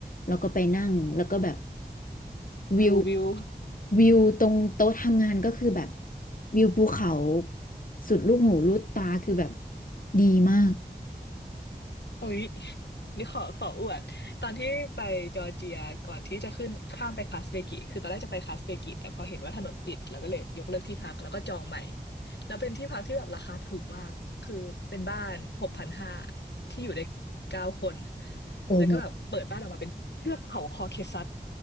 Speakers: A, on the left; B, on the left.
A: แล้วก็ไปนั่งแล้วก็แบบวิว
B: ดูวิว
A: วิวตรงโต๊ะทำงานก็คือแบบวิวภูเขาสุดลูกหูลูกตาคือแบบดีมาก
B: อุ๊ยนี่ขอขออวดตอนที่ไปจอร์เจียก่อนที่จะขึ้นข้ามไปคาสเปกิคือตอนแรกจะไปคาสเปกิแต่พอเห็นว่าถนนปิดแล้วก็เลยยกเลิกที่พักแล้วก็จองใหม่แล้วเป็นที่พักที่แบบราคาถูกมากคือเป็นบ้านหกพันห้าที่อยู่ได้เก้าคน
A: โอ้แบบ
B: แล้วก็แบบเปิดบ้านออกมาเป็นเทือกเขาคอเคซัส